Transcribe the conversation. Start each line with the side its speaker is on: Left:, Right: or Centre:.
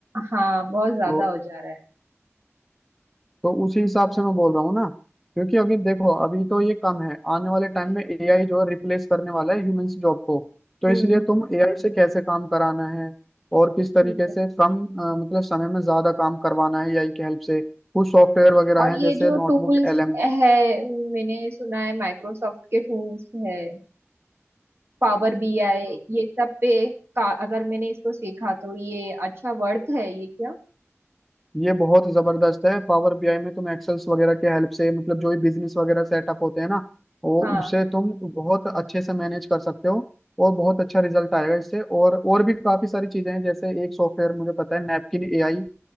Right: हाँ बहुत ज्यादा
Centre: तो
Right: हो जा रहा है
Centre: तो उसी हिसाब से मैं बोल रहा हूँ ना क्योंकि अभी देखो अभी तो ये कम है आने वाले टाइम में एआई जो है रिप्लेस करने वाला है ह्यूमंस जॉब को तो
Right: हम्म
Centre: इसलिए तुम एआई से कैसे काम कराना है और किस तरीके
Right: ठीक है
Centre: से कम अ, मतलब समय में ज्यादा काम करवाना है एआई की हेल्प से कुछ सॉफ्टवेयर वगैरह
Right: और
Centre: हैं
Right: ये
Centre: जैसे
Right: जो
Centre: नोटबुक
Right: टूल्स
Centre: एलएम
Right: है मैंने सुना है माइक्रोसॉफ्ट के टूल्स है पावर बीआई ये सब पे का अगर मैंने इसको सीखा तो ये अच्छा वर्थ है ये क्या
Centre: ये बहुत जबरदस्त है पावर बीआई में तुम एक्सेल्स वगैरह के हेल्प से मतलब जो भी बिजनेस वगैरह सेटअप होते हैं ना वो
Right: हाँ
Centre: उसे तुम बहुत अच्छे से मैनेज कर सकते हो और बहुत अच्छा रिजल्ट आएगा इससे और और भी काफी सारी चीजें हैं जैसे एक सॉफ्टवेयर मुझे पता है नैपकिन एआई